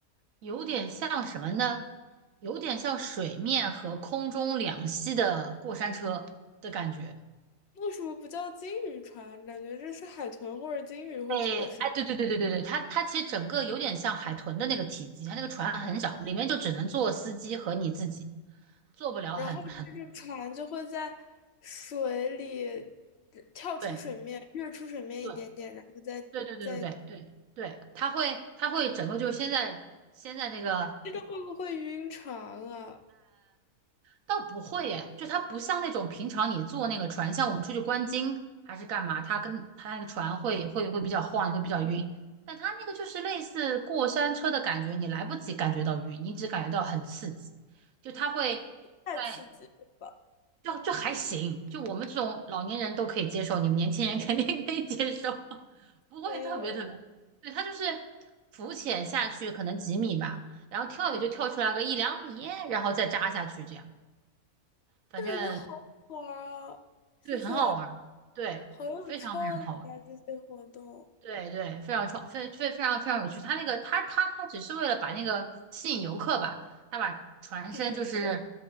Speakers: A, on the right; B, on the left.
A: 有点像什么呢？有点像水面和空中两栖的过山车的感觉。
B: 为什么不叫金鱼船？感觉这是海豚或者金鱼会做的事情。
A: 哎哎，对对对对对对，它它其实整个有点像海豚的那个体积，它那个船很小，里面就只能坐司机和你自己，坐不了很很
B: 然后这个船就会在水里呃跳出水面，
A: 对
B: 跃出水面一点点，
A: 对
B: 然后再再。
A: 对对对对对对对，它会它会整个就是现在现在那个
B: 这个会不会晕船啊？
A: 倒不会诶，就它不像那种平常你坐那个船，像我们出去观鲸还是干嘛，它跟它那个船会会会比较晃，会比较晕。但它那个就是类似过山车的感觉，你来不及感觉到晕，你只感觉到很刺激。就它会在
B: 太刺激了吧！
A: 就就还行，就我们这种老年人都可以接受，你们年轻人肯定可以接受，<laughs> 不会特别特别。
B: 没有了，
A: 对，它就是浮潜下去可能几米吧，然后跳也就跳出来个一两米，
B: 嗯，
A: 然后再扎下去这样。反正
B: 我感觉好好玩儿啊！谢谢，
A: 对，很好玩儿，对，
B: 好有创意啊！
A: 非常非常好玩儿，
B: 这些活动，
A: 对对，非常创，非非非常非常有趣。他那个，他他他只是为了把那个吸引游客吧，他把船身就是
B: 有